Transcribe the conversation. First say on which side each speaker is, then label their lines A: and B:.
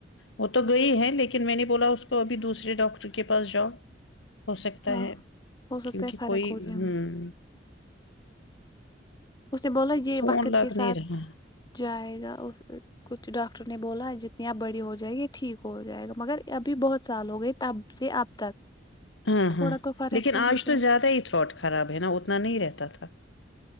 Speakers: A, on the left (about 75°); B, on the left (about 20°).
A: وہ تو گئی ہے لیکن میں نے بولا اس کو ابھی دوسرے ڈاکٹر کے پاس جاؤ <unintelligible> ہو سکتا
B: ہاں
A: ہے
B: ہو سکتا
A: کیونکہ
B: ہے فرق
A: کوئی
B: ہو
A: ہ
B: جائے
A: <unintelligible>
B: اس نے بولا یہ
A: فون
B: وقت
A: لگ
B: کے
A: نہیں
B: ساتھ
A: رہا
B: جائے گا کچھ ڈاکٹر نے بولا جتنی آپ بڑی ہو جائے گی ٹھیک ہو جائے گا مگر ابھی بہت سال ہو گئے تب سے اب تک
A: ہاں
B: تھوڑا
A: ہاں
B: تو فرق
A: لیکن
B: ہونی
A: آج
B: چاہیے
A: تو زیادہ ہی تھروٹ خراب ہے نا اتنا نہیں رہتا تھا